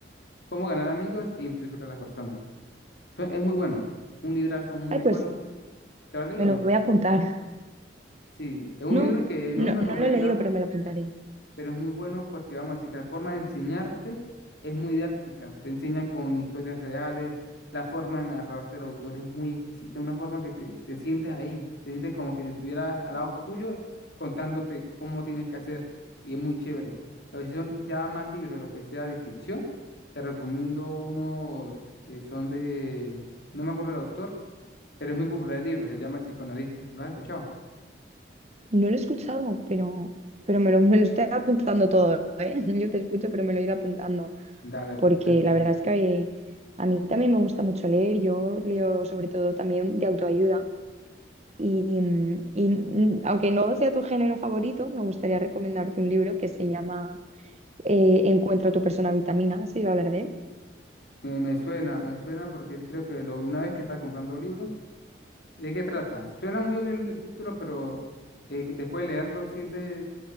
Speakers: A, on the left; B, on the right.
A: cómo ganar amigos e influir sobre las personas. Fue- Es muy bueno, un librazo muy
B: Ay,
A: bueno.
B: pues
A: ¿Te lo leí
B: me
A: o
B: lo
A: no?
B: voy a apuntar. <laughs>
A: Sí, es un
B: No,
A: libro que no
B: no,
A: es una novela,
B: no lo he leído, pero me lo apuntaré.
A: pero es muy bueno porque vamos a decir que la forma de enseñarte es muy didáctica, te enseña con historias reales, la forma de narrar del autor es muy exquisita, una forma que te, te sientes ahí, te sientes como que si estuvieras al lado tuyo eh, contándote cómo tienes que hacer y es muy chévere. Pero si son ya más libros, lo que sea de ficción, te recomiendo unos que son de, no me acuerdo el autor, pero es muy popular el libro, se llama El psicoanalista, ¿lo has escuchado?
B: No lo he escuchado, pero, pero me lo, me lo estoy apuntando todo, ¿eh? <laughs> Yo te escucho, pero me lo he ido apuntando.
A: Dale,
B: porque
A: perfecto.
B: la verdad es que a mí también me gusta mucho leer, yo leo sobre todo también de autoayuda y, mm, y, mm, aunque no sea tu género favorito, me gustaría recomendarte un libro que se llama eh, Encuentra tu persona vitamina, ¿has oído hablar de él?
A: Me, me suena, me suena porque creo que lo vi una vez que estaba comprando libros. ¿De qué trata? Suena muy obvio el el título, pero eh, después de leerlo, sientes